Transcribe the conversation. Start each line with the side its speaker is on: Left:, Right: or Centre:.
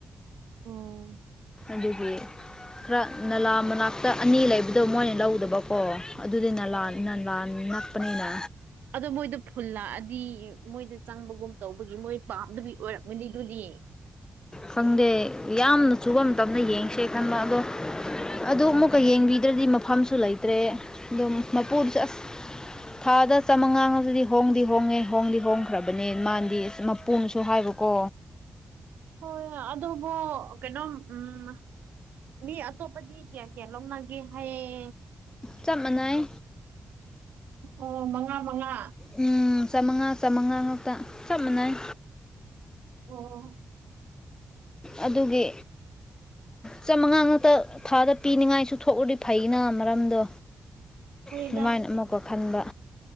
Right: ꯑꯣ
Left: ꯑꯗꯨꯒꯤ ꯈꯔ ꯅꯂꯥ ꯃꯅꯥꯛꯇ ꯑꯅꯤ ꯂꯩꯕꯗꯣ ꯃꯣꯏꯅ ꯂꯧꯗꯕꯀꯣ ꯑꯗꯨꯗꯤ ꯅꯂꯥꯟ
Right: ꯑꯣ
Left: ꯅꯂꯥꯟ ꯅꯛꯄꯅꯤꯅ
Right: ꯑꯗꯣ ꯃꯣꯏꯗꯣ ꯐꯨꯜ ꯂꯥꯛꯑꯗꯤ ꯃꯣꯏꯗ ꯆꯪꯕꯒꯨꯝ ꯇꯧꯕꯒꯤ ꯃꯣꯏ ꯄꯥꯝꯗꯕꯤ ꯑꯣꯏꯔꯝꯒꯅꯤ ꯗꯨꯗꯤ
Left: ꯈꯪꯗꯦ ꯌꯥꯝꯅ ꯆꯨꯕ ꯃꯇꯝꯗ ꯌꯦꯡꯁꯦ ꯈꯟꯕ ꯑꯗꯣ ꯑꯗꯨ ꯑꯃꯨꯛꯀ ꯌꯦꯡꯕꯤꯗ꯭ꯔꯗꯤ ꯃꯐꯝꯁꯨ ꯂꯩꯇ꯭ꯔꯦ ꯑꯗꯨꯝ ꯃꯄꯨꯗꯨꯁꯨ ꯑꯁ ꯊꯥꯗ ꯆꯃꯉꯥ ꯍꯥꯏꯕꯗꯣ ꯍꯣꯡꯗꯤ ꯍꯣꯡꯉꯦ ꯍꯣꯡꯗꯤ ꯍꯣꯡꯈ꯭ꯔꯕꯅꯦ ꯃꯥꯥꯟꯗꯤ ꯑꯁ ꯃꯄꯨꯝꯁꯨ ꯍꯥꯏꯕ ꯀꯣ
Right: ꯍꯣꯏ ꯑꯗꯨꯕꯨ ꯀꯩꯅꯣꯝ ꯎꯝ ꯃꯤ ꯑꯇꯣꯞꯄꯗꯤ ꯀꯌꯥ ꯀꯌꯥ ꯂꯧꯅꯒꯦ ꯍꯥꯏꯌꯦ
Left: ꯆꯞ ꯃꯥꯟꯅꯩ
Right: ꯑꯣ ꯃꯉꯥ -ꯃꯉꯥ
Left: ꯎꯝ ꯆꯃꯉꯥ -ꯆꯃꯉꯥ ꯉꯥꯛꯇ ꯆꯞ ꯃꯥꯟꯅꯩ
Right: ꯑꯣ
Left: ꯑꯗꯨꯒꯤ ꯆꯃꯉꯥ ꯉꯥꯛꯛꯇ ꯊꯥꯗ ꯄꯤꯅꯤꯉꯥꯏꯁꯨ ꯊꯣꯛꯔꯗꯤ ꯐꯩꯅ ꯃꯔꯝꯗꯣ
Right: ꯍꯣꯏꯗ
Left: ꯑꯗꯨꯃꯥꯏꯅ ꯑꯃꯨꯀ ꯈꯟꯕ